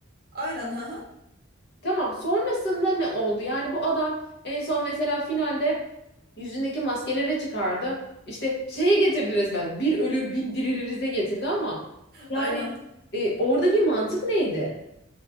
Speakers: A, on the right (about 50°); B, on the left (about 60°).
A: Aynen ha <laughs> ha.
B: Tamam. Sonrasında ne oldu? Yani bu adam en son mesela finalde yüzündeki maskeleri çıkardı. İşte şeye getirdi resmen. Bir ölür bin dirilirize getirdi ama yani
A: Aynen.
B: e, oradaki mantık neydi?